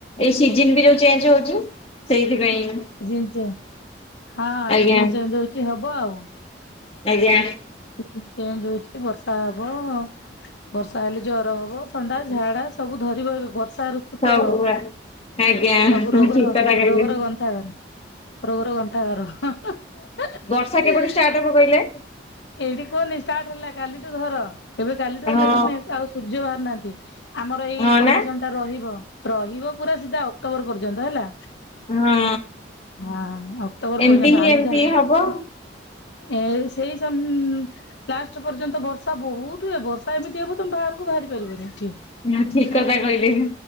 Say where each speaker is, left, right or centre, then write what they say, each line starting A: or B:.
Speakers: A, on the left (about 30°); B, on the left (about 65°).
A: ଏଇ ସିଜନ ବି ଯୋଉ ଚେଞ୍ଜ ହଉଛି ସେଇଥିପାଇଁ।
B: ସିଜନ୍ ହଁ
A: ଆଜ୍ଞା
B: ସିଜିନ୍ ଚେଞ୍ଚ୍ ହୋଉଛି ହବ ଆଉ।
A: ଆଜ୍ଞା।
B: ସିଜିନ୍ ଚେଞ୍ଜ ହଉଛି ବର୍ଷା ହବ ବର୍ଷା ହେଲେ ଜର ହବ ଥଣ୍ଡା ଝାଡା ସବୁ ଧରିବ ଏବେ ବର୍ଷା ଋତୁ
A: ସବୁ
B: ତ
A: ଆଜ୍ଞା
B: ସବୁ ରୋଗର
A: ଠିକ କଥା କହିଲେ
B: ରୋଗର ଗନ୍ଥା କରେ। ରୋଗର ଗନ୍ତା ଘର ହଁ ହଁ ହିଁ
A: ବର୍ଷା କେବେଠୁ ଷ୍ଟାର୍ଟ ହବ କହିଲେ
B: ଏଇଠି କୁହନି ଷ୍ଟାର୍ଟ ହେଲା କାଲିଠୁ ଧର। ଏବେ କାଲିଠୁ ହେଲା
A: ହଁ
B: ଯେ ମେସେ ସୂର୍ଯ୍ୟ ବାହାରୁ ନାହାନ୍ତି ଆମର ଏଇ
A: ହଁ
B: କଣ୍ଡିସନ
A: ନା
B: ତା ରହିବ ରହିବ ପୁରା ସିଧା ଅକ୍ଟୋବର ପର୍ଯ୍ୟନ୍ତ ହେଲା।
A: ହଁ
B: ହଁ ଅକ୍ଟୋବର
A: ଏମିତି
B: ପର୍ଯ୍ୟନ୍ତ
A: ହିଁ
B: ଆମେ
A: ଏମିତି
B: ଯା
A: ହବ
B: ଏ ସେଇ ସମ୍ ଲାଷ୍ଟ ପର୍ଯ୍ୟନ୍ତ ବର୍ଷା ବହୁତ ହୁଏ ବର୍ଷା ଏମିତି ହବ ତମେ ବାହାରକୁ ବାହାରି ପାରିବନି ଏଠି।
A: ନା ଠିକ୍ କଥା କହିଲେ